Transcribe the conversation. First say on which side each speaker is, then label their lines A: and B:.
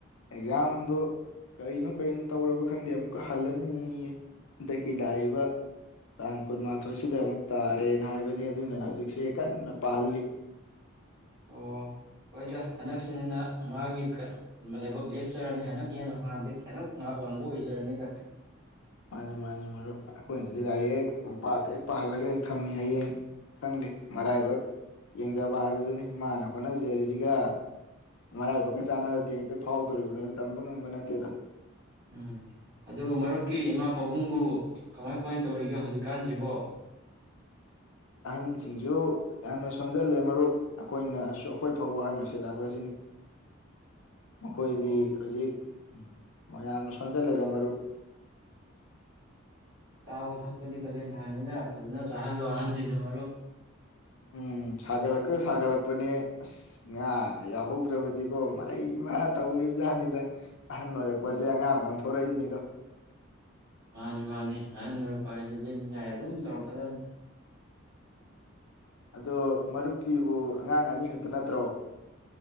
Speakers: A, on the left; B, on the right.
A: ꯑꯦꯛꯖꯥꯝꯗꯣ ꯀꯔꯤꯅꯣ ꯀꯔꯤꯅꯣ ꯇꯧꯔꯕ ꯈꯪꯗꯦ ꯑꯃꯨꯛꯀ ꯍꯜꯂꯅꯤ ꯍꯟꯗꯛꯀꯤ ꯂꯥꯛꯏꯕ ꯇꯥꯡ ꯀꯨꯟꯃꯥꯊꯣꯏꯁꯤꯗ ꯑꯃꯨꯛ ꯇꯥꯔꯦꯅ ꯍꯥꯏꯕ ꯑꯗꯨꯅ ꯍꯧꯖꯤꯛꯁꯦ ꯀꯟꯅ ꯄꯥꯍꯜꯂꯤ
B: ꯑꯣ ꯍꯣꯏꯗ ꯍꯟꯗꯛꯁꯤꯅꯅ ꯃꯥꯒꯤ ꯂꯥꯏꯕꯛ ꯂꯦꯞꯆꯔꯅꯤ ꯍꯟꯗꯛ ꯍꯦꯟꯅ ꯅꯍꯥꯟꯗꯒꯤ ꯍꯟꯗꯛ ꯉꯥꯏꯍꯥꯛ ꯋꯥꯡꯕ ꯑꯣꯏꯖꯔꯅꯤꯗ
A: ꯃꯥꯅꯤ ꯃꯥꯅꯤ ꯃꯔꯨꯞ ꯑꯩꯈꯣꯏꯅꯗꯤ ꯒꯥꯔꯤ ꯍꯦꯛ ꯄꯥꯠꯇ ꯍꯦꯛ ꯄꯥꯍꯜꯂꯒ ꯍꯦꯛ ꯊꯝꯃꯤ ꯍꯌꯦꯡ ꯈꯪꯗꯦ ꯃꯔꯥꯏꯕꯛ ꯌꯦꯡꯖꯕ ꯍꯥꯏꯕꯗꯨꯅꯤ ꯃꯥꯅ ꯍꯣꯠꯅꯖꯔꯤꯁꯤꯒ ꯃꯔꯥꯏꯕꯛꯀ ꯆꯥꯟꯅꯔꯗꯤ ꯍꯦꯛꯇ ꯐꯥꯎꯗꯣꯔꯤꯕꯅꯤꯣ ꯇꯝꯕ ꯉꯝꯕ ꯅꯠꯇꯦꯗ
B: ꯎꯝ ꯑꯗꯨ ꯃꯔꯨꯞꯀꯤ ꯏꯃꯥ ꯄꯥꯕꯨꯡꯕꯨ ꯀꯃꯥꯏ ꯀꯃꯥꯏ ꯇꯧꯔꯤꯒꯦ ꯍꯧꯖꯤꯛꯀꯥꯟꯁꯤꯕꯣ
A: ꯑꯍꯟꯁꯤꯡꯁꯨ ꯌꯥꯝꯅ ꯁꯣꯟꯖꯜꯂꯦ ꯃꯔꯨꯞ ꯑꯩꯈꯣꯏꯅꯁꯨ ꯑꯩꯈꯣꯏ ꯐꯥꯎꯕ ꯑꯍꯟ ꯑꯣꯏꯁꯤꯜꯂꯕ ꯑꯁꯤꯅꯤ ꯃꯈꯣꯏꯗꯤ
B: ꯑꯣ
A: ꯍꯧꯖꯤꯛ ꯎꯝ ꯃꯣꯏ ꯑꯃꯅ ꯁꯟꯖꯌꯥ ꯂꯩꯗꯃꯣ
B: ꯆꯥꯕ ꯊꯛꯄꯗꯤ ꯀꯥꯂꯦꯟ ꯊꯥꯅꯤꯅ ꯐꯖꯅ ꯆꯥꯍꯜꯂꯣ ꯑꯍꯟꯁꯤꯡꯗꯣ ꯃꯔꯨꯞ
A: ꯎꯝ ꯁꯥꯒꯠꯂꯛꯀ ꯁꯥꯒꯠꯂꯛꯄꯅꯦ ꯑꯁ ꯉꯥꯒ ꯌꯥꯎꯍꯧꯗ꯭ꯔꯕꯗꯤꯀꯣ ꯃꯔꯩ ꯃꯔꯥ ꯇꯧꯔꯤꯕ ꯖꯥꯠꯅꯤꯗ ꯑꯍꯟ ꯑꯣꯏꯔꯛꯄꯁꯦ
B: ꯎꯝ
A: ꯑꯉꯥꯡ ꯊꯣꯔꯛꯏꯅꯤꯗ
B: ꯃꯥꯅꯤ ꯃꯥꯅꯤ ꯑꯍꯟ ꯑꯣꯏꯔꯛꯄ ꯍꯥꯏꯁꯤꯗꯤ ꯅꯤꯡꯉꯥꯏ ꯑꯗꯨꯝ ꯇꯧꯔꯛꯀꯗꯕꯅꯤ
A: ꯑꯗꯣ ꯃꯔꯨꯞꯀꯤꯕꯨ ꯑꯉꯥꯡ ꯑꯅꯤꯈꯛꯇ ꯅꯠꯇ꯭ꯔꯣ